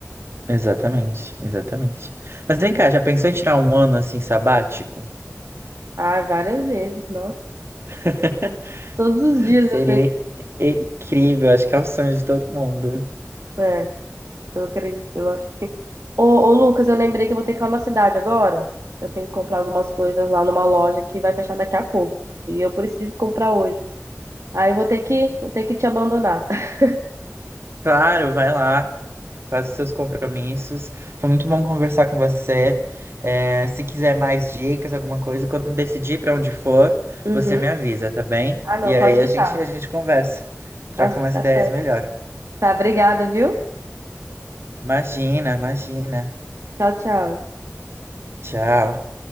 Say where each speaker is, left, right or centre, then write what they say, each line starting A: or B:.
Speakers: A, on the right; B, on the right.
A: Exatamente, exatamente. Mas vem cá, já pensou em tirar um ano assim sabático?
B: Ai, várias vezes, nossa.
A: <laughs>
B: Todos os dias
A: Seria
B: eu penso.
A: incrível, acho que é o sonho de todo mundo.
B: é, Eu acredito, eu acho que sim. Ô, ô, Lucas, eu lembrei que eu vou ter que ir lá na cidade agora. Eu tenho que comprar algumas coisas lá numa loja que vai fechar daqui a pouco. E eu preciso comprar hoje. Aí eu vou ter que, vou ter que te abandonar. <laughs>
A: Claro, vai lá, faz os seus compromissos. Foi muito bom conversar com você. É, se quiser mais dicas, alguma coisa, quando decidir para onde for,
B: Uhum.
A: você me avisa, tá bem?
B: Ah, não,
A: E aí
B: pode deixar.
A: a gente, a gente conversa, troca
B: Tá,
A: umas
B: tá
A: ideias
B: certo.
A: melhor.
B: Tá, obrigada, viu?
A: Imagina, imagina.
B: Tchau, tchau.
A: Tchau.